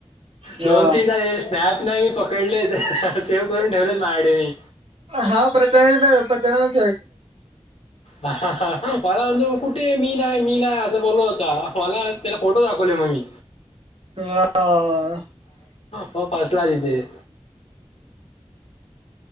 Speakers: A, on the right; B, on the left.
A: हा
B: दोन तीन तास स्नॅप नाही मी पकडले सेव्ह करून ठेवलेच माहाडे मी
A: हा प्रत प्रतञ नच
B: ह ह ह फला कुठे मी नाही मी नाही असं बोललो होता मला त्याला फोटो दाखवले मग मी
A: ह
B: हो फसला तथे